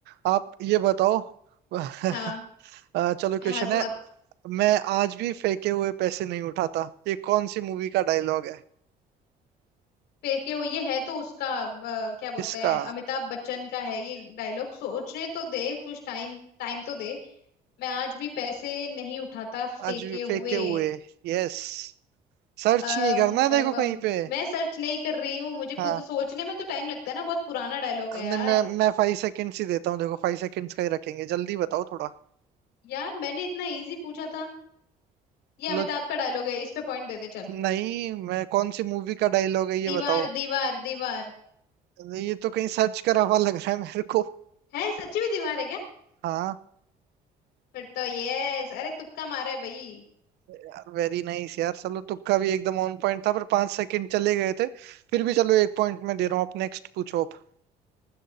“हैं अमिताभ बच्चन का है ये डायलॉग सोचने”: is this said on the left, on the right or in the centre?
Left